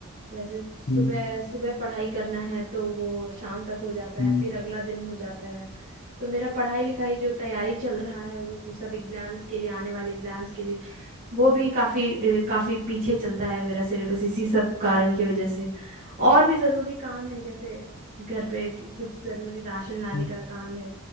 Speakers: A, on the right; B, on the left.
A: जैसे सुबह
B: हम्म
A: सुबह पढ़ाई करना है तो वो शाम तक हो जाता
B: हम्म
A: है फिर अगला दिन हो जाता है तो मेरा पढ़ाई लिखाई जो तैयारी चल रहा है वो सब एग्जाम्स के लिए आने वाले एग्जाम्स के लिए वो भी काफी अ, काफी पीछे चलता है मेरा सिलेबस इसी सब कारण की वजह से और भी जरूरी काम है जैसे घर पे कि कुछ जरूरी राशन लाने
B: हम्म
A: का काम है